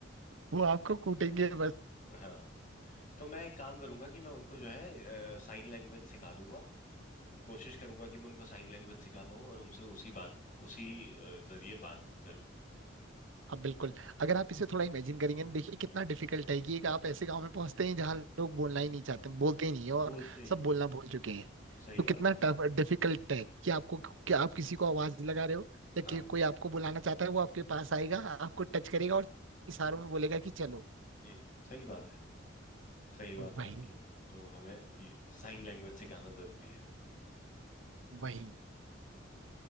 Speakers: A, on the right (about 85°); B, on the left (about 45°).
A: वो आपको कूटेंगे
B: हाँ तो मैं एक काम करूंगा कि मैं उनको जो है साइन लैंग्वेज सिखा दूंगा कोशिश करूंगा कि मैं उनको साइन लैंग्वेज सिखा पाऊँ और उनसे उसी बात उसी अ, जरिए बात करूं
A: हाँ बिल्कुल अगर आप इसे थोड़ा इमेजिन करेंगे ना देखिए कितना डिफिकल्ट है कि एक आप ऐसे गांव में पहुंचते हैं जहाँ लोग बोलना ही नहीं चाहते बोलते ही नहीं है और
B: बोलते ही
A: सब
B: नहीं
A: बोलना भूल चुके हैं
B: सही
A: तो
B: बात
A: कितना
B: है
A: टफ डिफिकल्ट है कि आपको कि आप किसी को आवाज लगा रहे हो या
B: हाँ
A: कि कोई आपको बुलाना चाहता है वो आपके पास आएगा आपको टच करेगा और इशारों में बोलेगा कि चलो
B: हम्म सही बात है सही बात
A: वही
B: है आपकी तो हमें साइन लैंग्वेज सिखाना जरूरी है
A: वही